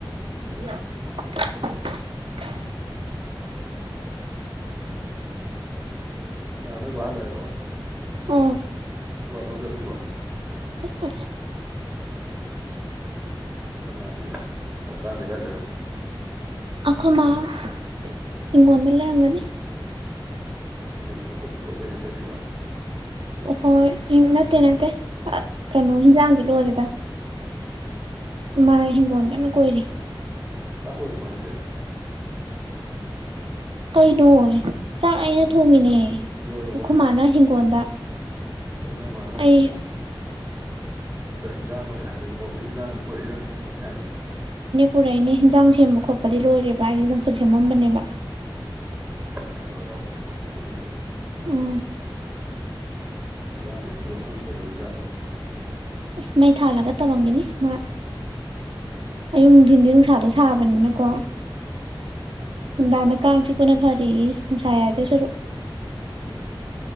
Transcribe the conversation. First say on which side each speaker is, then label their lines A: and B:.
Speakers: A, on the right (about 75°); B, on the right (about 20°).
A: <unintelligible>
B: ꯑ ꯅꯣꯏ ꯕꯥ ꯍꯂꯛꯑꯦꯕꯣ?
A: ꯑꯣ
B: ꯑ ꯅꯣꯏꯕꯥ ꯊꯥꯕꯛ ꯆꯠꯂꯨꯕꯔꯣ?
A: ꯆꯠꯄꯅꯦ
B: ꯅꯣꯏꯃꯥꯗꯤ ꯈꯣꯟ ꯇꯥꯗꯦ ꯀꯩꯏ ꯆꯠꯈꯔꯕ?
A: ꯑꯈꯣꯏꯃꯥ <unintelligible> ꯏꯪꯒꯣꯜꯗ ꯂꯩꯔꯝꯒꯅꯤ꯫
B: ꯀꯩ ꯆꯝꯐꯨꯠꯀꯤ ꯄꯣꯠꯆꯩ ꯍꯦꯛ ꯆꯠꯈꯤꯕꯔꯥ?
A: ꯍꯣꯏ ꯑꯦ ꯅꯠꯇꯦ ꯅꯠꯇꯦ ꯑ ꯀꯩꯅꯣ ꯍꯦꯟꯖꯥꯡꯗꯤ ꯂꯣꯏꯔꯦꯗ ꯃꯥ ꯍꯤꯡꯒꯣꯜ ꯀꯟꯅ ꯀꯣꯏꯔꯤ꯫
B: ꯆꯥꯛ ꯂꯣꯏꯔꯕ ꯍꯥꯏꯖꯦ?
A: ꯀꯩꯅꯣ ꯆꯥꯛ ꯑꯩꯅ ꯊꯣꯡꯉꯤꯅꯦ
B: ꯂꯣꯏꯔꯕꯣ
A: ꯑꯩꯈꯣꯏ ꯃꯥꯅ ꯍꯤꯡꯒꯣꯜꯗ
B: ꯑꯗꯨꯅ ꯃꯥꯅ
A: ꯑꯩ
B: ꯏꯟꯖꯥꯡ ꯂꯣꯏꯔꯦ ꯍꯥꯏꯗ ꯍꯤꯡꯒꯣꯜꯗꯒꯤ ꯍꯟꯖꯥꯡꯗꯨ ꯄꯨꯔꯛꯏꯔꯁꯤꯅꯦ ꯍꯥꯏꯁꯦ
A: ꯄꯔꯅꯤ ꯍꯟꯖꯥꯡ ꯁꯦꯝꯕ ꯈꯣꯠꯗꯤ ꯂꯣꯏꯔꯦꯕ ꯔꯥꯏꯒꯤ ꯆꯈꯨꯠ ꯁꯦꯝꯃꯝꯕꯅꯦꯕ
B: ꯑꯣ ꯅꯔ ꯀꯃꯕꯨ ꯃꯖ ꯈꯦꯅꯤ
A: ꯎꯝ
B: ꯅꯨꯡꯗꯥꯡꯒꯤ ꯍꯪꯒꯣꯜꯗ ꯑꯃꯨꯛ ꯀꯩꯗꯧꯔꯤꯖꯥꯠꯅꯣ
A: ꯑꯁ ꯃꯩ ꯊꯥꯜꯂꯒ ꯇꯧꯔꯝꯒꯦꯅꯤ ꯃꯥ ꯑꯌꯨꯛ ꯅꯨꯡꯊꯤꯟꯗꯤ ꯅꯨꯡꯁꯥꯗꯣ ꯁꯥꯕꯅꯤꯅꯀꯣ ꯅꯅ ꯀ ꯄꯨꯚꯥ ꯁꯤ ꯅꯨꯡꯁꯥꯗ ꯁꯔꯨꯛ ꯎ